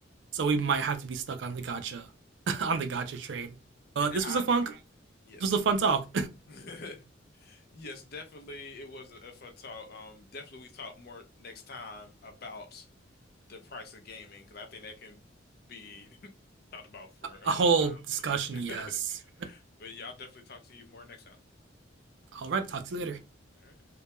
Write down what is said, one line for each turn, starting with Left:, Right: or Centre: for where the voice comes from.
Right: so we might have to be stuck on the gacha, <laughs> on
Left: Right.
Right: the gacha train. But
Left: And
Right: uh, this
Left: I,
Right: was a fun this
Left: yes.
Right: was a fun talk,
Left: <laughs> Yes, definitely. It was a, a fun talk. Um, definitely we talk more next time about the price of gaming because I think that can be <laughs> talked about for
Right: <laughs>
Left: a
Right: a
Left: long
Right: whole
Left: time.
Right: discussion.
Left: But
Right: Yes.
Left: <laughs> But yeah, I'll definitely talk to you more next time.
Right: All right, talk to you later.
Left: All right.